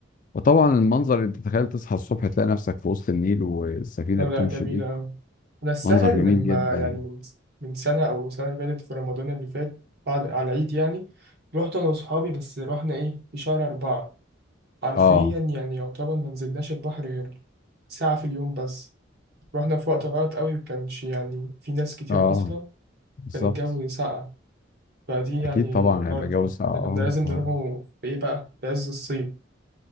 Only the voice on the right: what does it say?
آه
لا جميلة
أوي أنا الساحل
لما
يعني من من سنة أو سنة اللي فاتت في رمضان اللي فات بعد على العيد يعني رحت أنا وأصحابي بس رحنا إيه في شهر أربعة حرفيا
يعني يعتبر ما نزلناش البحر غير ساعة في اليوم بس رحنا في وقت غلط أوي وكانش يعني في ناس كتير
أصلا
وكان الجو ساقع فدي يعني
غلطة
إحنا
كنا لازم نروحوا
في إيه بقى في عز الصيف